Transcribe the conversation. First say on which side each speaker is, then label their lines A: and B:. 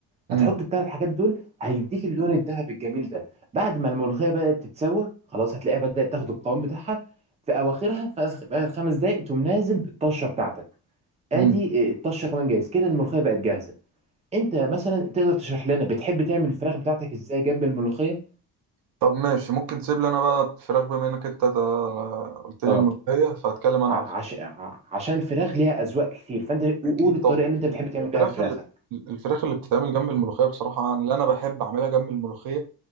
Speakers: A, on the right (about 65°); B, on the right (about 15°).
A: مم.
B: هتحط الثلاث حاجات دول هيديك اللون الذهبي الجميل ده بعد ما الملوخيه بدات تتسوى خلاص هتلاقيها بدات تاخد القوام بتاعها في اواخرها في آخر- في اخر خمس دقائق تقوم نازل بالطشه بتاعتك
A: مم.
B: ادي آه، الطشه كمان جاهز كده الملوخيه بقت جاهزه انت مثلا تقدر تشرح لنا بتحب تعمل الفراخ بتاعتك ازاي جنب الملوخيه
A: طب ماشي ممكن تسيب لي انا بقى الفراخ بما انك انت تا- قلت لي
B: اه
A: الملوخيه فهتكلم انا
B: ع-
A: على الفراخ
B: عش... ع- عشان الفراخ ليها اذواق كتير فانت
A: اكيد
B: قول الطريقه
A: طبعا
B: اللي انت بتحب تعمل
A: الفراخ
B: بيها فراخك
A: اللي الفراخ اللي بتتعمل جنب الملوخيه بصراحه أنا اللي انا بحب اعملها جنب الملوخيه